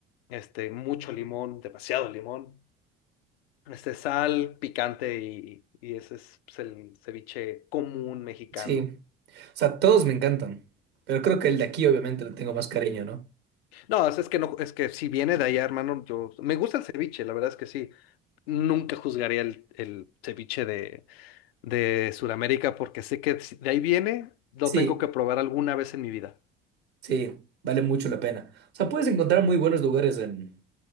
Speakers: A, on the left; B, on the right.
A: este, mucho limón, demasiado limón. Este sal, picante y, y ese es pues, el ceviche común mexicano.
B: Sí. O sea, todos me encantan, pero creo que el de aquí obviamente le tengo más cariño, ¿no?
A: No, es, es que no, es que si viene de allá, hermano, yo me gusta el ceviche, la verdad es que sí. Nunca juzgaría el, el ceviche de, de Sudamérica porque sé que si de ahí viene, lo
B: Sí,
A: tengo que probar alguna vez en mi vida.
B: sí, vale mucho la pena. O sea, puedes encontrar muy buenos lugares en,